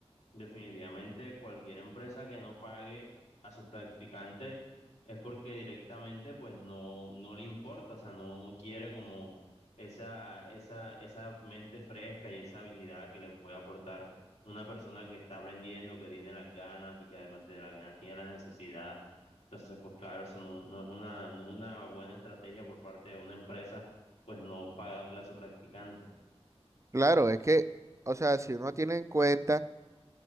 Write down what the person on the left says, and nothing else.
Definitivamente cualquier empresa que no pague a su practicante es porque directamente pues no, no le importa, o sea, no, no quiere como esa, esa, esa mente fresca y esa habilidad que le puede aportar una persona que está aprendiendo, que tiene las ganas y que además de las ganas tiene la necesidad. Entonces, pues claro, eso no, no es una, no es una buena estrategia por parte de una empresa, pues no pagarle a su practicante.